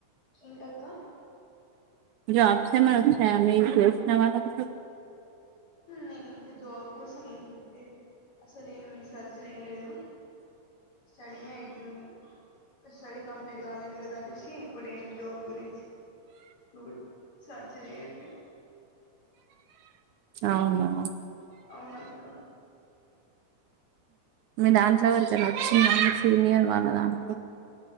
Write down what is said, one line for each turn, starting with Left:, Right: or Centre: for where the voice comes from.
Left: ఏంటక్క
Right: జబ్స్ ఏమన్నా వచ్చాయా మీకు తెలిసిన వాళ్ళకు
Left: నేను ఇంకా జాబ్ కోసం ఏం ప్రిపేర్ అసలు ఏం సర్చ్ చేయలేదు స్టడీనే అయితుంది స్టడీ కంప్లీట్ కాలేదు కదా అనేసి ఇప్పుడు ఏం జాబ్ గురించి చూ సెర్చ్ చేయట్లే
Right: అవునా
Left: అవునా అక్క
Right: మీ దాంట్లో వాళ్ళకు ఎలా వచ్చిందండి సీనియర్ వాళ్ళ దాంట్లో